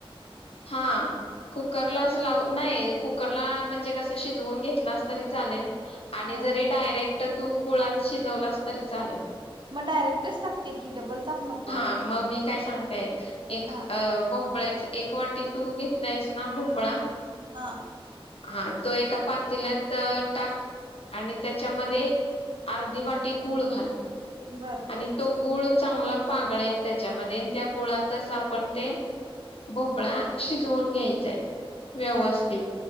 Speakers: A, on the left; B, on the right.
A: हा कुकरलाच लाव नाही कुकरला म्हणजे कसं शिजवून घेतलास तरी चालेल आणि
B: ह
A: जरी डायरेक्ट तर तू गुळात शिजवलास तरी चालेल.
B: मग डायरेक्टच टाकते की डबल ताप नको.
A: हा मग मी काय सांगते ऐक एक
B: हा
A: अ ब पळ्याचे एक वाटी तू घेतलायस ना भोपळा
B: हा.
A: हा तो एका पातेल्यात टाक आणि त्याच्यामध्ये अर्धी वाटी गूळ घाल
B: बर
A: आणि तो गुळ चांगलं पागळेल त्याच्यामध्ये आणि त्या गुळातच आपण ते भोपळा शिजवून घ्यायचाय व्यवस्थित.
B: बर